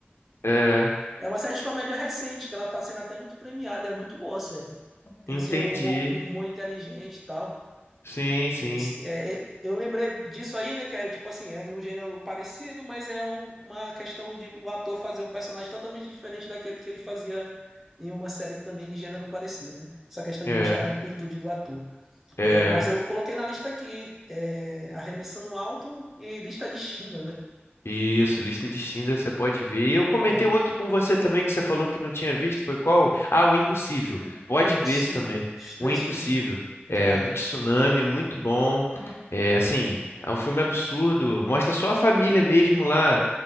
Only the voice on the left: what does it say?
É,
entendi.
Sim,
sim.
É,
é.
Isso, lista de Schindler, você pode ver. E eu
comentei outro com você também que você falou que não tinha visto, foi qual? Ah, O Impossível. Pode
ver esse também.
O Impossível.
É,
do tsunami, é muito bom. É, assim, é um filme absurdo. Mostra só a família mesmo lá.